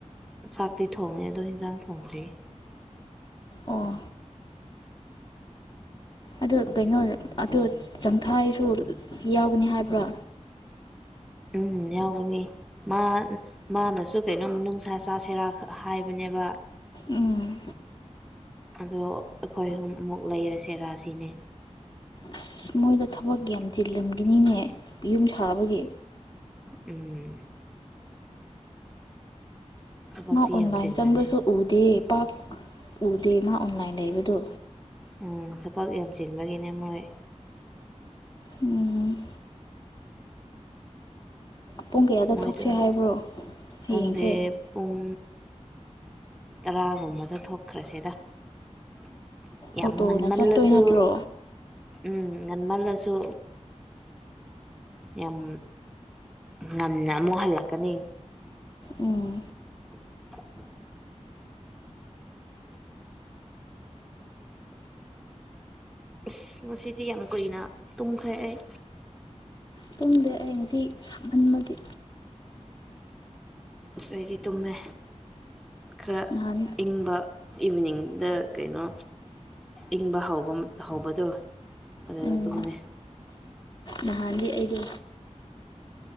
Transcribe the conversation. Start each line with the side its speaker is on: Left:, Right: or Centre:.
Centre: ꯆꯥꯛꯇꯤ ꯊꯣꯡꯉꯦ ꯑꯗꯣ ꯌꯦꯟꯖꯥꯡ ꯊꯣꯡꯗ꯭ꯔꯤ
Left: ꯑꯣ ꯑꯗꯨ ꯀꯩꯅꯣ ꯑꯗꯨ ꯆꯪꯊꯥꯏꯁꯨ ꯌꯥꯎꯒꯅꯤ ꯍꯥꯏꯕ꯭ꯔꯥ
Centre: ꯎꯝ ꯌꯥꯎꯒꯅꯤ ꯃꯥ ꯃꯥꯅꯁꯨ ꯀꯩꯅꯣꯝ ꯅꯨꯡꯁꯥ ꯆꯥ ꯁꯦꯔꯥꯛ ꯍꯥꯏꯕꯅꯦꯕ
Left: ꯎꯝ
Centre: ꯑꯗꯣ ꯑꯩꯈꯣꯏ ꯑꯍꯨꯝ ꯑꯃꯨꯛ ꯂꯩꯔꯁꯦ ꯔꯥꯁꯤꯅꯦ
Left: ꯑꯁ ꯃꯣꯏꯗ ꯊꯕꯛ ꯌꯥꯝ ꯆꯤꯜꯂꯝꯈꯤꯅꯤꯅꯦ ꯌꯨꯝ ꯁꯥꯕꯒꯤ
Centre: ꯎꯝ ꯊꯕꯛꯇꯤ
Left: ꯃꯥ ꯑꯣꯟꯂꯥꯏꯟ
Centre: ꯌꯥꯝ ꯆꯤꯟꯕꯅꯦ
Left: ꯆꯪꯕꯁꯨ ꯎꯗꯦ ꯄꯞ ꯎꯗꯦ ꯃꯥ ꯑꯣꯟꯂꯥꯏꯟ ꯂꯩꯕꯗꯣ
Centre: ꯎꯝ ꯊꯕꯛ ꯌꯥꯝꯁꯤꯟꯕꯒꯤꯅꯦ ꯃꯣꯏ
Left: ꯎꯝ ꯄꯨꯡ ꯀꯌꯥꯗ
Centre: ꯃꯣꯏꯗꯣ
Left: ꯊꯣꯛꯁꯦ ꯍꯥꯏꯕ꯭ꯔꯣ ꯍꯌꯦꯡꯁꯦ
Centre: ꯈꯪꯗꯦ ꯄꯨꯡ ꯇꯔꯥꯒꯨꯝꯕꯗ ꯊꯣꯛꯈ꯭ꯔꯁꯤꯗ <unintelligible> ꯌꯥꯝ
Left: ꯑꯣꯇꯣꯅ
Centre: ꯉꯟꯃꯜꯂꯁꯨ
Left: ꯆꯠꯇꯣꯏ ꯅꯠꯇ꯭ꯔꯣ
Centre: ꯎꯝ ꯉꯟꯃꯜꯂꯁꯨ ꯌꯥꯝ ꯉꯟꯅ ꯑꯃꯨꯛ ꯍꯜꯂꯛꯀꯅꯤ
Left: ꯎꯝ
Centre: <unintelligible> ꯑꯁ ꯃꯁꯤꯗꯤ ꯌꯥꯝ ꯀꯨꯏꯅ ꯇꯨꯝꯈ꯭ꯔꯦ ꯑꯩ
Left: ꯇꯨꯡꯗ ꯑꯩ ꯉꯁꯤ ꯁꯝꯍꯟꯕꯒꯤ
Centre: ꯉꯥꯏꯗꯤ ꯇꯨꯝꯃꯦ ꯈꯔ
Left: ꯅꯍꯥꯟ
Centre: ꯏꯪꯕ ꯏꯚꯅꯤꯡ ꯗ ꯀꯩꯅꯣ ꯏꯪꯕ ꯍꯧꯕ ꯍꯧꯕꯗꯣ ꯑꯗꯨꯗ
Left: ꯎꯝ
Centre: ꯇꯃꯦꯃꯦ
Left: ꯅꯍꯥꯟꯗꯤ ꯑꯩꯗꯣ